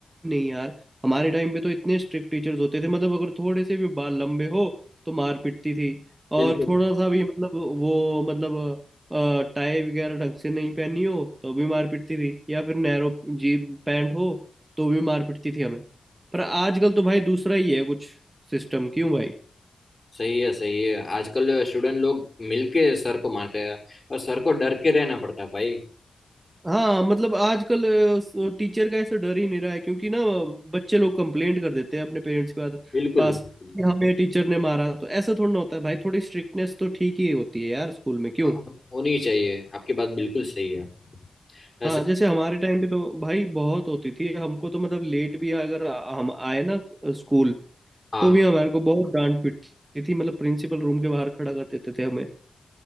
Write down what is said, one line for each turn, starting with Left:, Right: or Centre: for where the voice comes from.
Right: नहीं यार हमारे टाइम पे तो इतने स्ट्रिक्ट टीचर्स होते थे मतलब अगर थोड़े से भी बाल लंबे हो तो मार पिटती थी
Left: बिल्कुल
Right: और थोड़ा सा भी मतलब वो मतलब टाई वगैरह ढंग से नहीं पहनी हो तो भी मार पिटती थी या फिर नैरो जी पैंट हो तो भी मार पिटती थी हमें पर आजकल तो भाई दूसरा ही है कुछ सिस्टम क्यों भाई
Left: सही है सही है आजकल स्टूडेंट लोग मिलके सर को मारते हैं और सर को डर के रहना पड़ता है भाई
Right: हाँ मतलब आजकल टीचर का ऐसा डर ही नहीं रहा है क्योंकि ना बच्चे लोग कंप्लेंट कर देते हैं अपने पेरेंट्स के पास
Left: बिल्कुल
Right: पास
Left: बिल्कुल
Right: कि हमें टीचर ने मारा तो ऐसा थोड़ा ना होता है भाई थोड़ी स्ट्रिक्टनेस तो ठीक ही होती है यार स्कूल में क्यों
Left: हाँ, होनी चाहिए आपकी बात बिल्कुल सही है ऐसे
Right: हाँ जैसे हमारे टाइम पे तो भाई बहुत होती थी हमको तो मतलब लेट भी अगर आ- हम आए ना स्कूल
Left: हाँ
Right: तो भी हमारे को बहुत डांट पीटती थी मतलब प्रिंसिपल रूम के बाहर खड़ा कर देते थे हमें